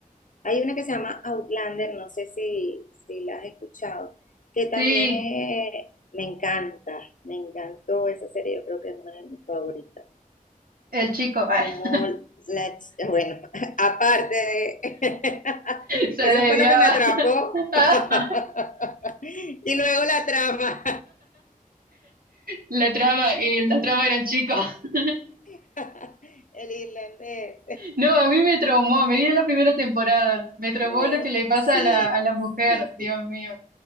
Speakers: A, on the left; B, on the right.
A: Hay una que se llama Outlander, no sé si, si la has escuchado, que también
B: Sí,
A: eh, me encanta, me encantó esa serie, yo creo que es una de mis favoritas.
B: el chico. <laughs>
A: Como la, ch- bueno, <laughs> aparte de, <laughs>
B: se
A: eso
B: desviaba
A: fue lo que me atrapó.
B: <laughs>
A: <laughs> Y luego la trama,
B: la trama y la trama eran chicos. <laughs>
A: <laughs> el irlandés.
B: No, a mí me traumó, me vi la primera temporada, me traumó
A: No,
B: lo que le pasa
A: sí,
B: a la, a la mujer,
A: sí,
B: Dios
A: sí.
B: mío.